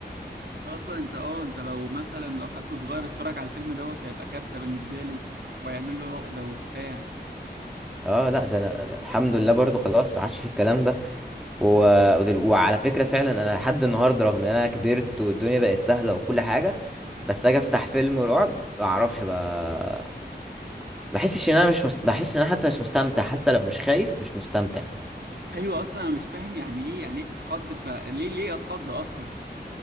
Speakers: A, on the right; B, in the centre.
A: انت اصلا انت اه انت لو مثلا لو حد صغير اتفرج على الفيلم دوت هيبقى كارثة بالنسبة له ويعمل له عقدة وبتاع
B: <laughs> أه لا ده أنا الحمد لله برضو خلاص ما عادش في الكلام ده و... ودل... وعلى فكرة فعلا أنا لحد النهاردة رغم إن أنا كبرت والدنيا بقت سهلة وكل حاجة بس أجي أفتح فيلم رعب ما أعرفش بقى بحسش ان انا مش مست... بحس ان انا حتى مش مستمتع حتى لو مش خايف مش مستمتع
A: ايوه اصلا انا مش فاهم يعني ايه يعني ايه تتخض فليه ليه اتخض اصلا